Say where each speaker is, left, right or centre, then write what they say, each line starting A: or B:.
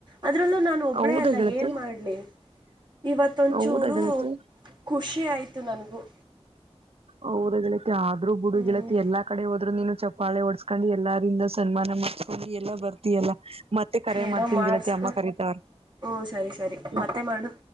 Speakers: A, on the right (about 40°); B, on the right (about 60°).
A: ಅದರಲ್ಲೂ ನಾನು ಒಬ್ಳೇ
B: ಹೌದಾ
A: ಅಲ್ಲ
B: ಗೆಳತಿ
A: ಏನ್ ಮಾಡಲಿ ಇವತ್ತೊಂಚೂರು
B: ಹೌದಾ ಗೆಳತಿ
A: ಖುಷಿ ಆಯಿತು ನನಗೂ
B: ಓ ದ ಿಳಿತಿ ಆದ್ರರು ಬುಡು
A: ಹ್ಮ್
B: ಗಿಳತಿ ಎಾ ಕಡೆ ಹೋದರು ನೀನು ಚಪಾಳೆ ಓಡ್ಸ್ ಹಾಕೊಂಡು ಎಲ್ಲಾರಂದ ಸನ್ಮಾನ ಮಾಡಸ್ಕೊಂಡು ಎಲ್ಲಾ ಬರ್ತಯಲ್ಲ ಮತ್ತೆ ಕರ
A: ಏನೋ
B: ಮಾಡ್ತನ್ಿ
A: ಮಾಡಿಸ್ಕೊ
B: ಗಗೆಲತಿ ಅಮ್ಮ ಕರೀತವ್ರ
A: ಹ್ಞೂ ಸರಿ ಸರಿ ಮತ್ತೆ ಮಾಡು